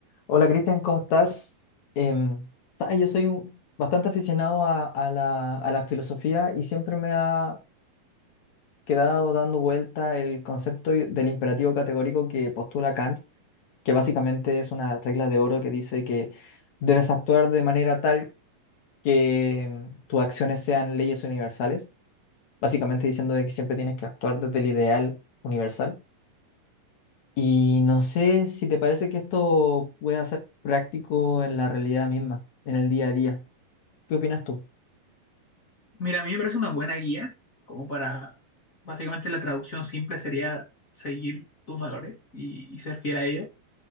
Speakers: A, on the left (about 55°); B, on the left (about 25°).
A: Hola Cristian, ¿cómo estás? Em, sabes, yo soy un- bastante aficionado a, a la, a la filosofía y siempre me ha quedado dando vuelta el concepto y- del imperativo categórico que postula Kant, que básicamente es una regla de oro que dice que debes actuar de manera tal que em, tus acciones sean leyes universales, básicamente diciendo de que siempre tienes que actuar desde el ideal universal. Y no sé si te parece que esto pueda ser práctico en la realidad misma, en el día a día. ¿Qué opinas tú?
B: Mira, a mí me parece una buena guía, como para, básicamente la traducción simple sería seguir tus valores y, y ser fiel a ellos.